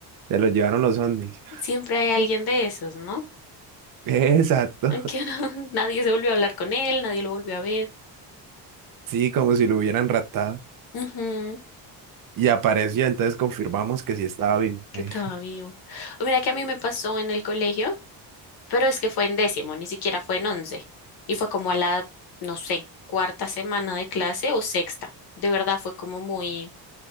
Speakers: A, on the right; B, on the left.
A: se lo llevaron los ovnis.
B: Siempre hay alguien de esos, ¿no?
A: <laughs> Exacto,
B: Que no- <laughs> nadie se volvió a hablar con él, nadie lo volvió a ver.
A: sí, como si lo hubieran raptado.
B: Ujú.
A: Y apareció, entonces confirmamos que sí estaba vivo.
B: que
A: Eh,
B: estaba vivo. O Mira que a mí me pasó en el colegio, pero es que fue en décimo, ni siquiera fue en once. Y fue como a la, no sé, cuarta semana de clase o sexta. De verdad fue como muy,